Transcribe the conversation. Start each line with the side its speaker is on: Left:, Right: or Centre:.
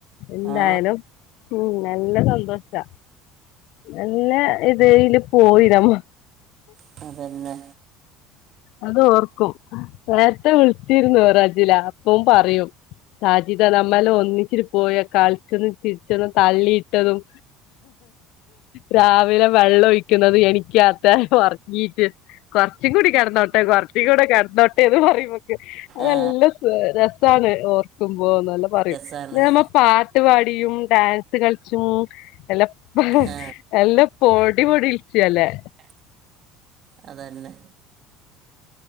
Left: എന്തായാലും
Right: ആ
Left: ഉം നല്ല സന്തോഷാ നല്ല ഇതയില് പോയിടമ്മ
Right: അത പിന്നെ
Left: അതൊർക്കും നേരത്തെ വിളിച്ചിരുന്നു റജില അപ്പും പറയും സാജിദ നമ്മല ഒന്നിച്ചി പോയ കളിച്ചന്ന് ചിരിച്ചെന്ന് തള്ളിയിട്ടതും രാവിലെ വെള്ളം ഒഴിക്കുന്നത് എനിക്ക് കുറങ്ങീട്ട കുറച്ചും കൂടി കിടന്നോട്ടെ കൊറ കട്ട ക നട്ടെ പറെം അത് നല്ല
Right: ആ
Left: രസമാണ് ഓർക്കും ല്ല പറയും
Right: രസാണ്
Left: <unintelligible> പട്ട് പാടിയും ഡാൻസ് കളിച്ചും എല്ലപ്പ
Right: ആ
Left: എല്ലാ പൊടി പൊടിച്ചല്ലേ
Right: അതന്നെ